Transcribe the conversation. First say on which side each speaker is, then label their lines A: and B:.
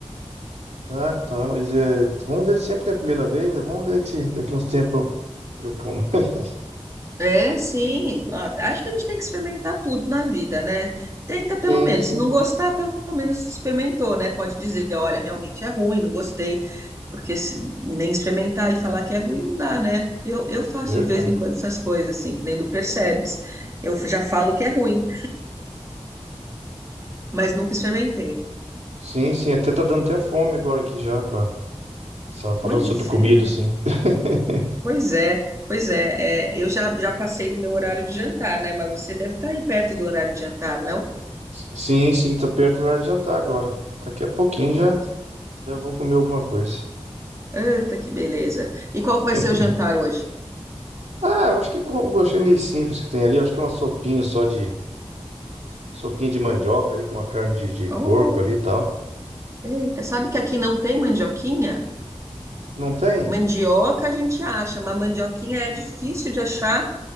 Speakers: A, on the right (about 80°); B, on the right (about 25°).
A: Ah, tá, mas é, vamos ver sempre tem a primeira vez, né? Vamos ver se daqui uns tempos eu, eu como. <laughs>
B: É, sim. ó, acho que a gente tem que experimentar tudo na vida, né? Tenta pelo
A: Sim,
B: menos.
A: sim.
B: Se não gostar, pelo menos experimentou, né? Pode dizer, olha, realmente é ruim, não gostei. Porque se nem experimentar e falar que é ruim não dá, né? Eu, eu faço
A: Verdade.
B: de vez em quando essas coisas, assim, que nem do percebes. Eu já falo que é ruim, mas nunca experimentei.
A: Sim, sim, até tá dando até fome agora aqui já pra... Só falando
B: Pois
A: sobre comida,
B: é.
A: assim. <laughs>
B: Pois é, pois é, é, eu já, já passei do meu horário de jantar, né? Mas você deve estar aí perto do horário de jantar, não?
A: Sim, sim, tá perto do horário de jantar agora. Daqui a pouquinho
B: Olha,
A: já, já vou comer alguma coisa.
B: eita, que beleza. E qual que vai
A: <laughs>
B: ser o jantar hoje?
A: Ah, eu acho que como, eu achei meio simples que tem ali. Eu acho que é uma sopinha só de Sopinha de mandioca ali com uma carne de, de
B: Oh,
A: porco ali e tal.
B: eita, sabe que aqui não tem mandioquinha?
A: Não tem?
B: Mandioca a gente acha, mas mandioquinha é difícil de achar.